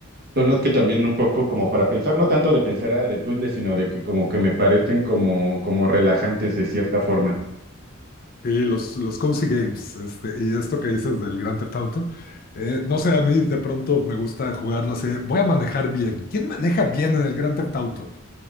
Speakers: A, on the right; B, on the left.
A: son los que también un poco como para pensar, no tanto de pensar ah, de puzzle, sino de que como que me parecen como, como relajantes de cierta forma.
B: y los, los cozy games, este, y esto que dices del Grand Theft Auto, eh, no sé, a mí de pronto me gusta jugarlo así, voy a manejar bien, ¿quién maneja bien en el Grand Theft Auto?